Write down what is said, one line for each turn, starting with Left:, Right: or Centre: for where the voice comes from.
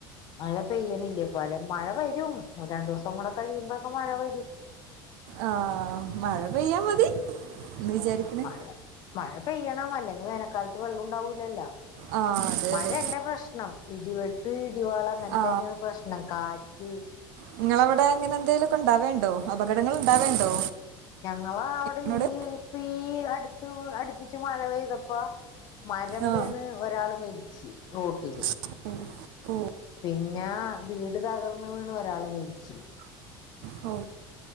Left: മഴ പെയ്യണില്ലേ ഇപ്പ അത മഴ വരും രണ്ടു ദിവസം കൂടെ കഴിയുമ്പോക്കെ മഴ വരും
Right: ആ മഴ പെയ്യാ മതി എന്ന് വിചാരിക്കണേ
Left: മഴ മഴ പെയ്യണം അല്ലെങ്കിൽ വേനൽക്കാലത്ത് വെള്ളം ഉണ്ടാവൂ ലല്ലോ
Right: ആ അതെ
Left: മഴയല്ല
Right: അതെ
Left: പ്രശ്നം ഇടിവെട്ട് ഇവള അങ്ങനത്തെയൊക്കെയാണ്
Right: ആ
Left: പ്രശ്നം കാറ്റ്
Right: നിങ്ങള് അവിടെ ഇങ്ങനെ എന്തെലുലൊക്കെ ഉണ്ടാവേണ്ടോ അപകടങ്ങൾ ഉണ്ടാവേണ്ടോ
Left: ഞങ്ങളെ അവിടെ
Right: എന്നോട്
Left: ഈ ഇപ്പ ഈ അടുത്ത് അടുപ്പിച്ച് മഴ പെയ്തപ്പ മരം
Right: ആ
Left: വീണ് ഒരാൾ മരിച്ച് റോട്ടില്
Right: <unintelligible>
Left: പിന്നെ വീട് തകർന്ന് വീണ് ഒരാള് മരിച്ചു
Right: ഓ